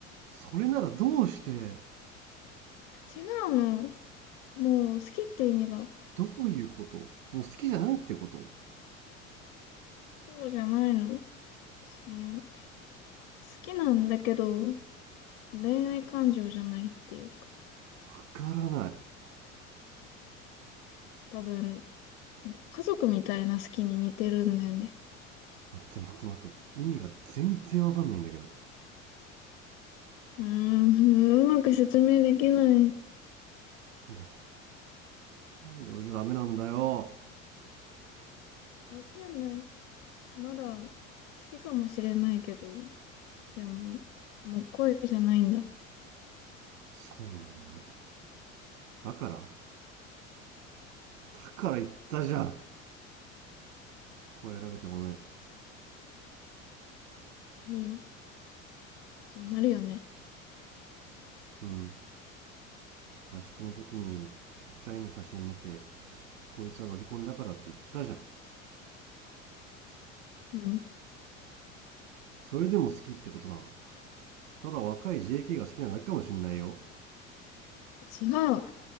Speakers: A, on the right; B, on the left.
A: それならどうして
B: 違うの。もう好きって意味が。
A: どういうこともう好きじゃないってこと
B: そうじゃないの。その好きなんだけど、恋愛感情じゃないっていうか。
A: わからない。
B: 多分、家族みたいな好きに似てるんだよね。
A: 待って待って待って。意味が全然わかんないんだけど。
B: うーん、うまく説明できない。
A: で、なんで俺じゃダメなんだよ。
B: わかんない。まだ好きかもしれないけど、でも、もう恋じゃないんだ。
A: そうなんだね。だからだから言ったじゃん。声荒げてごめん。
B: いいよ。そうなるよね。
A: うん。合宿の時に二人の写真見て、こいつはロリコンだからって言ったじゃん。
B: うん。
A: それでも好きってことなのただ若い JK が好きなだけかもしんないよ。
B: 違う。